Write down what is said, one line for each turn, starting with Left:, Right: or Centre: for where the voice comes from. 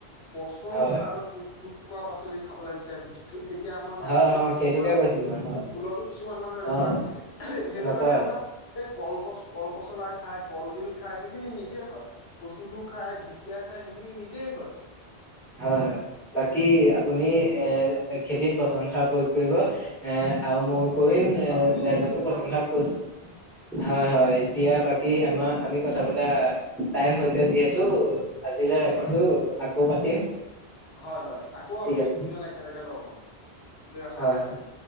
Left: পচন
Centre: হয়
Left: সাৰত প্ৰস্তুত কৰা শাক পাচলি খাবলৈ বিচাৰে বুজ এতিয়া আমাৰ মানুহে
Centre: হয়
Left: কিয়
Centre: হয়
Left: পচন্
Centre: সেইটোকে
Left: শাক
Centre: কৈছো
Left: বস্তু
Centre: মই হয়
Left: ভুলতো কিছুমান মানুহে নকৰে
Centre: অ
Left: সেইটো
Centre: নকয়
Left: কাৰণে আমাক এই কল পচ কলপচলা খায় কলডিল খায় সেইখিনি নিজে হয় কচুঠোৰ খায় ঢেকীয়া খায় খিনি নিজেই হয়
Centre: হয় হয় বাকী আপুনি এ এক খেতিত পচন সাৰ প্ৰয়োগ কৰিব এ আৰু মই
Left: অ
Centre: কৰিম এ
Left: আপুনিও
Centre: ৰাইজকো
Left: পচন
Centre: পচন্
Left: সাৰ প্ৰয়োগ
Centre: হা
Left: কৰিব
Centre: পছতু হয় হয় এতিয়া বাকী আমাৰ আমি কথা পাতা। টাইম হৈছে যিহেতু আজিলৈ ৰাখিছো,
Left: হয়
Centre: আ আকৌ পাতিম।
Left: হয় হয় আকৌ
Centre: ঠিক
Left: আমি
Centre: আছে
Left: দুজন একেলগে লগ হম। বুলি ৰাখাছিল।
Centre: হয় হয়